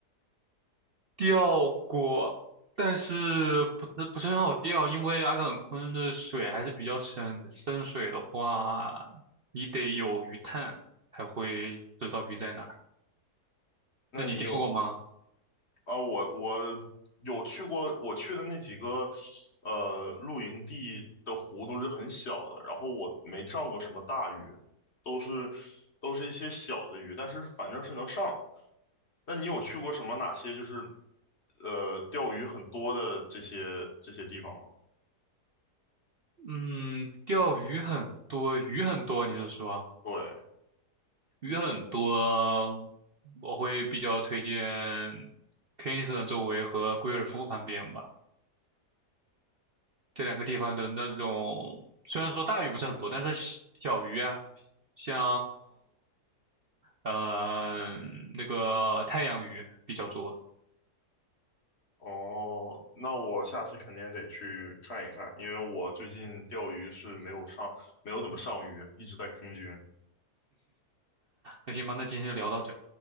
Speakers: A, on the right; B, on the left.
A: 钓过，但是不是不是很好钓，因为阿岗昆的水还是比较深的，深水的话，你得有鱼探才会知道鱼在哪儿。
B: 那你有
A: 那你钓过吗？
B: 啊，我我有去过，我去的那几个呃露营地的湖都是很小的，然后我没上过什么大鱼，都是都是一些小的鱼，但是反正是能上。那你有去过什么哪些就是呃钓鱼很多的这些这些地方吗？
A: 嗯，钓鱼很多，鱼很多，你是说？
B: 对，
A: 鱼很多，我会比较推荐 Kingston 周围和贵尔夫旁边吧，这两个地方的那种，虽然说大鱼不是很多，但是小小鱼啊，像呃那个太阳鱼比较多。
B: 哦，那我下次肯定得去看一看，因为我最近钓鱼是没有上，没有怎么上鱼，一直在空军。
A: 那行吧，那今天就聊到这，